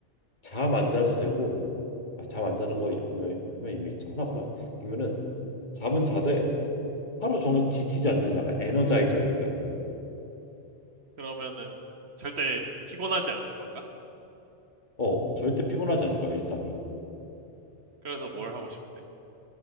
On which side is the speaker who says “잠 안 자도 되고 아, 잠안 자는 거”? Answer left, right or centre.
Left